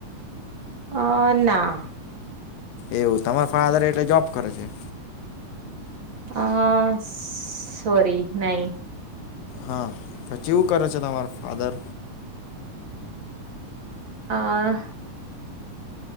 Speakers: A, on the right; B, on the left.
A: અ ના.
B: એવું તમારા ફાધર એટલે જોબ કરે છે.
A: અ સોરી નહી.
B: હા તો ચેવું કરે છે તમાર ફાધર?
A: આ